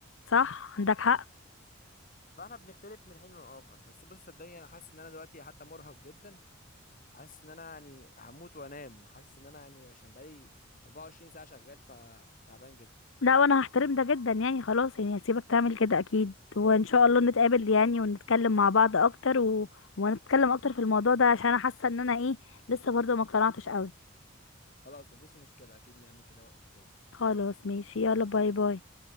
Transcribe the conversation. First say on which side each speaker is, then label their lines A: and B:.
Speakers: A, on the left (about 70°); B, on the left (about 40°).
A: صح عندك حق
B: فاحنا بنختلف من حين لآخر بس بص صدقني انا حاسس ان انا دلوقتي حتى مرهق جدا حاسس ان انا يعني هموت وانام حاسس ان انا يعني عشان بقالي 24 ساعة شغال فتعبان جدا
A: لا وانا هحترم ده جدا يعني خلاص يعني هسيبك تعمل كده اكيد وان شاء الله نتقابل يعني ونتكلم مع بعض اكتر و... ونتكلم اكتر في الموضوع ده عشان انا حاسه ان انا ايه لسه برضه ما اقتنعتش قوي
B: خلاص مفيش مشكلة اكيد نعمل كده وقت تاني
A: خلاص ماشي يلا باي باي